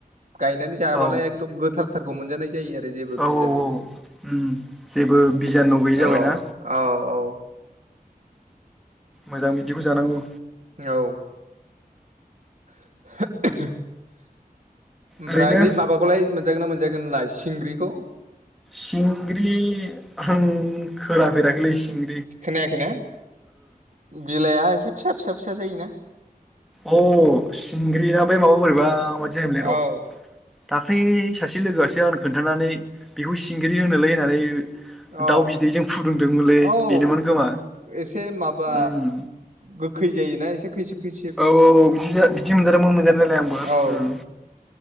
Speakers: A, on the right; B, in the centre.
A: गायनानै जाबालाय
B: औ
A: एकदम गोथारथारखौ मोनजानाय जायो आरो। जेबो
B: औ
A: भेजाल
B: औ औ
A: गैयै
B: उम जेबो बिजानु गैयि जाबायना
A: औ औ औ
B: मोजां बिदिखौ जानांगौ।
A: औ <inaudible> ओमफ्राय
B: ओरैनो
A: बै माबाखौलाय मोनजागोन ना मोनजायाखै नोंलाय सिंग्रिखौ।
B: सिंग्रि आं खोनाफेराखैलै सिं
A: खोनायाखै ना बिलाइआ एसे फिसा फिसा फिसा जायोना।
B: अ सिंग्रिया बै माबा बोरैबााबायदि जाहोनलै र'
A: औ
B: दाख्लै सासे लोगोआसो आं खोन्थानानै बेखौ सिंग्रि होनोलाय होननानै
A: अ
B: दाउ बिदैजों फुदुंदोंमोनलै
A: औ
B: बेनोमोन खोमा
A: एसे माबा
B: उम
A: गोखै जायोना एसे खैसिब खैसिब
B: औ बिदि बिदि मोनजादोंमोन मोनजानायालाय आंबो
A: औ
B: उम